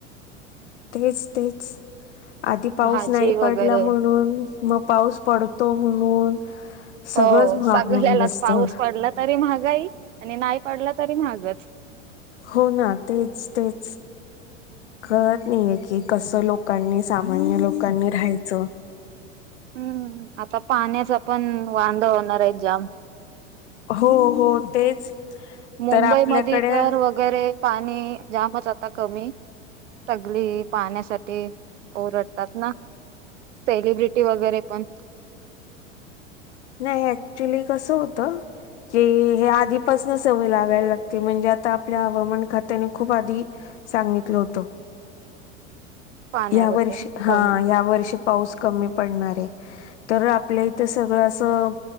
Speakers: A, on the left; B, on the right.
A: तेच तेच आधी पाऊस
B: भाजी
A: नाही
B: वगैरे
A: पडला म्हणून मग पाऊस पडतो म्हणून सगळंच
B: हो
A: महाग
B: सगळल्यालाच
A: होऊन बसतं
B: पाऊस पडला तरी महागाई आणि नाही पडला तरी महागच
A: हो ना तेच तेच कळत नाहीय की कसं लोकांनी सामान्य लोकांनी राहायचं
B: हम्म आता पाण्याचा पण वांदाा होणार आहे जाम
A: हो हो तेच
B: मुंबईमध्ये
A: तर आपल्याकडे
B: तर वगैरे पाणी जामच आता कमी तगली पाहण्यासाठी ओरडतात ना सेलिब्रिटी वगैरे पण
A: नाही ऍक्च्युली कस होतं क हे आधीपासन सवय लागायला लागते म्हणजे आता आपल्या हवामान खात्याने खूप आधी सांगितलं होतं
B: पाण्याबद्दल
A: या वर्षी हा
B: कमी
A: या वर्षी पाऊस कमी पडणार आहे तर आपल्या इथं सगळं असं